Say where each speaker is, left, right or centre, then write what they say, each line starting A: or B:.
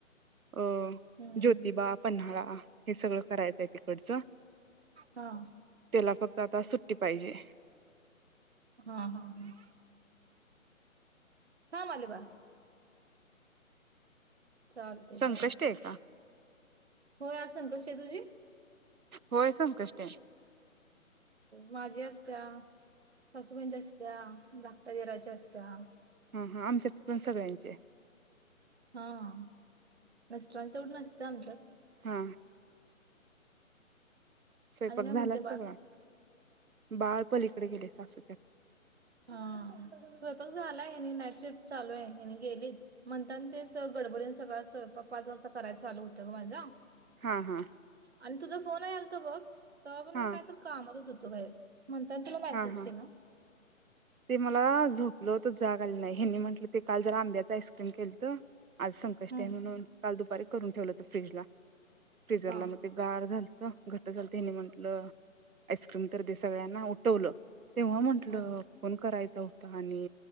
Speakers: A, on the right; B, on the right.
A: अ
B: हम्म
A: ज्योतिबा, पन्हाळा हे सगळं करायचाय तिकडचं
B: हां
A: त्याला फक्त आता सुट्टी पाहिजे.
B: हां हां हां‌ थाम आले बाळ. चालते
A: संकष्टी
B: चालतय.
A: आहे का
B: होय संकष्टीय तुझी?
A: होय संकष्टी्य.
B: माझी असत्या, सासूबाईंची असत्या, धाकट्या दिराची असत्या-
A: हं हं आमच्यात पण सगळ्यांच्यीय.
B: हां मिस्टरांची तेवढं नसतं आमच्यात.
A: हां. स्वयपाक
B: आणि काय म्हणते
A: झाला सगळा?
B: बाळ
A: बाळपलीकडे गेलय सासूच्या
B: हां स्वयंपाक झालाय हेनी नाईट शिफ्ट चालूय हेनी गेलीत म्हणताना ते च गडबडीन सगळा स्वयंपाक पाच वाजता कराय चालू होतय ग माझा.
A: हा हा
B: आन तुझ फोन हे आल त बग तवा‌पन
A: हा
B: मी काय तर कामातच होत तो बाहेर म्हंताना तुला मेसेज
A: हा हा
B: केला.
A: ते मला झोपलो होतो जाग आली नाइ हेनी म्हटलं ते काल जरा आंब्याच आईस्क्रीम केलत आज संकष्टीय
B: हम्म
A: म्हणून काल दुपारी करून ठेवलत फ्रिजला. फ्रिझरला
B: हा
A: मग ते गारं झाल त घट्ट झालत हेनी म्हंटलं आईस्क्रीम तर दे सगळ्यांना उटवलं. तेंव्हा म्हंटल
B: हम्म.
A: करायच होत आनी